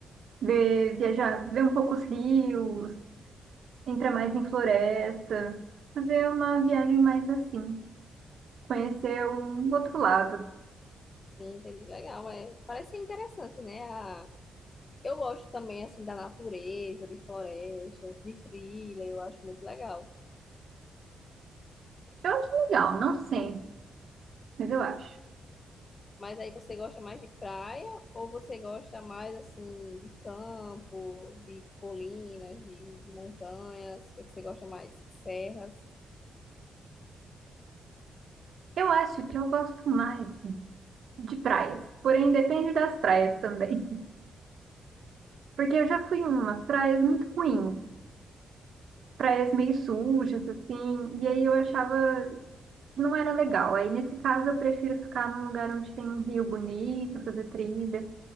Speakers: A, on the right; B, on the left.
A: ver, viajar, ver um pouco os rios, entrar mais em floresta, fazer uma viagem mais assim, conhecer um outro lado.
B: Sim, entendi. Legal, é. Parece ser interessante, né? A... Eu gosto também, assim, da natureza, de florestas, de trilha, eu acho muito legal.
A: Eu acho legal, não sempre, mas eu acho.
B: Mas aí você gosta mais de praia ou você gosta mais, assim, de campo, de colinas, de, de montanhas? O que é que você gosta mais? Serras?
A: Eu acho que eu gosto mais de praias, porém depende das praias também, <laughs> porque eu já fui em umas praias muito ruins, praias meio sujas assim, e aí eu achava que não era legal. Aí nesse caso eu prefiro ficar num lugar onde tem um rio bonito, fazer trilha.